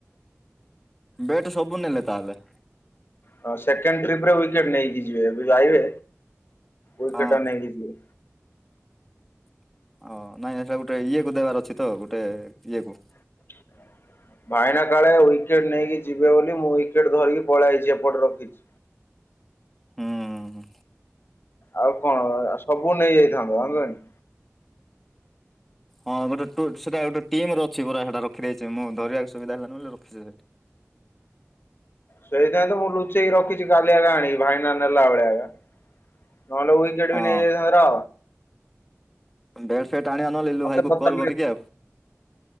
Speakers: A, in the centre; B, on the left.
A: ବେଟ୍ ସବୁ ନେଲେ ତାହେଲେ।
B: ହଁ ସେକେଣ୍ଡେ ଟ୍ରିପରେ ୱିକେଟ ନେଇକି ଯିବେ। ଏବେ ଆଇବେ ୱିକେଟ
A: ହଁ
B: ନେଇକି ଯିବେ।
A: ଓ ନାଇଁ ନାଇଁ ସେଇଟା ଗୋଟେ ଇଏ କୁ ଦେବାର ଅଛି ତ ଗୋଟେ ଇଏ କୁ।
B: <inaudible> ଭାଇନା କାଳେ ୱିକେଟ ନେଇକି ଯିବେ ବୋଲି ମୁଁ ୱିକେଟ ଧରିକି ପଳେଇଛି ଏପଟେ ରଖିଛି।
A: ହୁଁ ହୁଁ ହୁଁ।
B: ଆଉ କଣ ସବୁ ନେଇଯାଇଥାନ୍ତ। <unintelligible>
A: ହଁ ଗୋଟେ ସେଟା ଗୋଟେ ଟିମି ରେ ଅଛି ପୁରା ସେଇଟା ରଖି ଦେଇଛି। ମୁଁ ଧରିବାକୁ ସୁବିଧା ହେଲାନି ବୋଲି ରଖିଛି ସେଠି।
B: ସେଇଥିପାଇଁ ତ ମୁଁ ଲୁଚେଇକି ରଖିଛି। କାଲି ଆକା ଆଣିବି ଭାଇନା ନେଲା ବେଳେ। ନହେଲେ ଉଇ ଟିକେଟ
A: ହଁ
B: ନେଇ ଯାଇଥାନ୍ତେ ର
A: ବ୍ୟାଟ୍ ଫେଟ ଆଣିବା ନହଲେ ଇଲୁ
B: ମତେ
A: ଭାଇକୁ
B: ପଚାରିଲେ
A: କଲ୍ କରିକି ଆଉ।